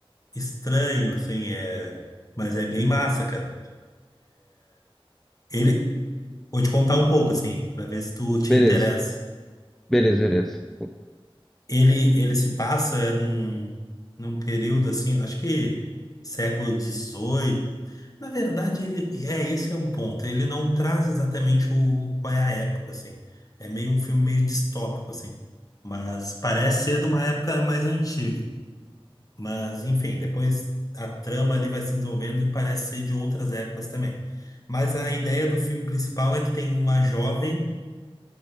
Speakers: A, on the left; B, in the centre.
A: estranho, assim, é... mas é bem massa, cara. Ele. Vou te contar um pouco, assim, pra ver se tu te
B: beleza,
A: interessa.
B: beleza, beleza.
A: Ele, ele se passa num, num período assim, acho que século dezoito. Na verdade, ele é esse é um ponto. Ele não traz exatamente o qual é a época, assim. É meio um filme meio distópico, assim. Mas parece ser de uma época mais antiga. Mas, enfim, depois a trama ali vai se desenvolvendo e parece ser de outras épocas também. Mas a ideia do filme principal é que tem uma jovem